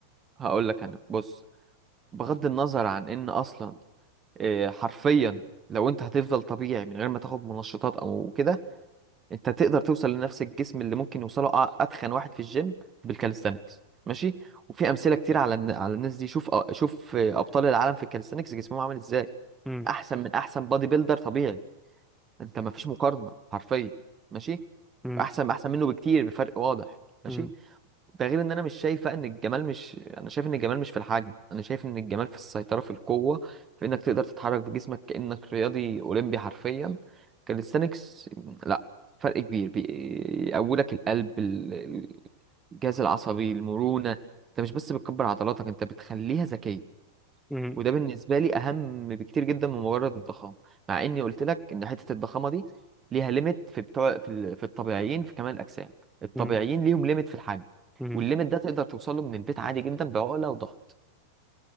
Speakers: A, on the right; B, in the centre.
A: هقول لك انا بص بغض النظر عن ان اصلا إيه، حرفيا لو انت هتفضل طبيعي من غير ما تاخد منشطات او كده انت تقدر توصل لنفس الجسم اللي ممكن يوصله أ- اتخن واحد في الجيم بالكاليستانكس ماشي وفي امثله كتير على الن- على الناس دي شوف أ- شوف ابطال العالم في الكاليستانكس جسمهم عامل ازاي
B: امم
A: احسن من احسن بادي بيلدر طبيعي انت ما فيش مقارنه حرفيا ماشي
B: امم
A: واحسن احسن منه بكتير بفرق واضح ماشي
B: امم
A: ده غير ان انا مش شايفه ان الجمال مش انا شايف ان الجمال مش في الحجم انا شايف ان الجمال في السيطره في القوه في انك تقدر تتحرك بجسمك كانك رياضي اولمبي حرفيا كاليستانكس لا فرق كبير بيقوي لك القلب ال- الجهاز العصبي المرونه انت مش بس بتكبر عضلاتك انت بتخليها ذكيه
B: امم
A: وده بالنسبة لي أهم بكتير جدا من مجرد الضخامة مع إني قلت لك إن حتة الضخامة دي ليها ليميت في بتوع في, ال... في الطبيعيين في كمال الأجسام الطبيعيين
B: امم،
A: ليهم ليميت في الحجم
B: امم.
A: والليميت ده تقدر توصله من البيت عادي جدا بعقلة وضغط